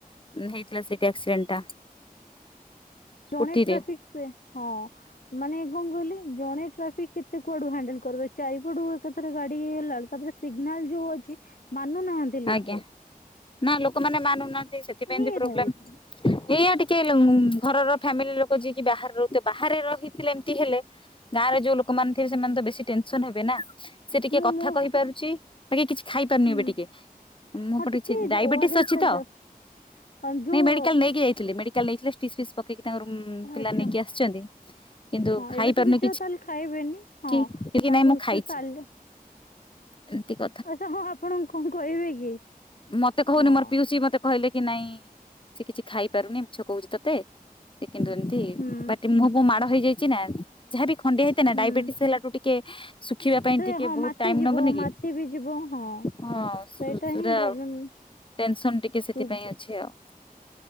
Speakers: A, on the left; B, on the left.
A: ହେଇଥିଲା ସେଇଟି ଆକ୍ସିଡେଣ୍ଟ ଟା। ସ୍କୁଟିରେ
B: ଜଣେ ଟ୍ରାଫିକ୍ ସେ, ହଁ। ମାନେ ଏ କଣ କହିଲେ। ଜଣେ ଟ୍ରାଫିକ୍ କେତେ କୁଆଡୁ ହ୍ୟାଣ୍ଡେଲ କରିବ ଚାରିପଟୁ ଏକାଥରେ ଗାଡି ହେଲା। ତାପରେ ସିଗ୍ନାଲ ଯୋଉ ଅଛି ମାନୁନାହାନ୍ତି ଲୋକ।
A: ଆଜ୍ଞା ନା ଲୋକମାନେ ମାନୁନାହାନ୍ତି। ସେଥିପାଇଁ
B: ହିଁ
A: ଏମିତି ପ୍ରୋବ୍ଲେମ୍
B: ହଉଛି
A: ଏଇଆ ଟିକେ ହେଲେ ଉଁ ଘରର ଫ୍ୟାମିଲି ଲୋକ ଯିଏକି ବାହାରେ ରହୁଥିବେ, ବାହାରେ ରହିଥିଲେ ଏମତି ହେଲେ ଗାଁରେ ଯୋଉ ଲୋକମାନେ ଥିବେ ସେମାନେ ତ ବେଶୀ ଟେନସନ ହେବେ ନାଁ। ସେ ଟିକେ
B: ମୁଁ
A: କଥା
B: ମୋ
A: କହି ପାରୁଚି। ବାକି କିଛି ଖାଇ
B: ହୁଁ
A: ପାରୁନି ଏବେ ଟିକେ। ମୁଁ
B: ହଁ
A: ଏପଟେ
B: ଟିକେ
A: ଅଛି। ଡାଇବେଟିସ୍
B: ଓ ଆର
A: ଅଛି
B: ଏସ୍ ହେରିକା
A: ତ
B: ଅ ଯୋଉ
A: ନାଇଁ ମେଡିକାଲ ନେଇକି ଯାଇଥିଲି। ମେଡ଼ି କାଲି ନେଇଥିଲେ। ଷ୍ଟିସ ଫିସ୍ ପକେଇକି ତାଙ୍କର ଉଁ ପିଲା
B: ଆଚ୍ଛା
A: ନେଇକି ଆସିଛନ୍ତି। କିନ୍ତୁ
B: ହଁ
A: ଖାଇପାରୁନି
B: ଏବେ ତ
A: କିଛି।
B: ଆଉ ତାହେଲେ ଖାଇବେନି ହଁ
A: କି କିକି
B: ତାଙ୍କୁ
A: ନାଇଁ ମୁଁ ଖାଇଛି।
B: ସେ ସାଲ
A: ଏମିତି କ
B: ଆଚ୍ଛା ହଁ ହଁ ଆପଣଙ୍କୁ କଣ କହିବେ କି?
A: ମୋତେ କହୁନି
B: ହଁ
A: ମୋର ପିଉସି ମୋତେ କହିଲେ କି ନାଇଁ ସେ କିଛି ଖାଇପାରୁନି। ମିଛ କହୁଛି ତତେ। ସେ କିନ୍ତୁ ଏମତି।
B: ହୁଁ
A: ପାଟି ମୁହଁକୁ ମାଡ ହେଇଯାଇଛି ନାଁ। ଯାହାବି ଖଣ୍ଡିଆ ହେଇଥାଏନା
B: ହୁଁ
A: ଡାଇବେଟିସ ହେଲାଠୁ ଟିକେ ଶୁଖିବା ପାଇଁ
B: ସେ
A: ଟିକେ
B: ହଁ
A: ବହୁତ
B: ମାତି
A: ଟାଇମ୍
B: ଯିବ
A: ନବନି କି?
B: ମାତି ବି ଯିବ ହଁ
A: ହଁ।
B: ସେଇଟା
A: ଦୁସୁୁରା
B: ହିଁ ପ୍ରୋବ୍ଲେମ୍
A: ଆଉ ଟେନସନ ଟିକେ ସେଥିପାଇଁ
B: ସୁଗ୍
A: ଅଛି ଆଉ।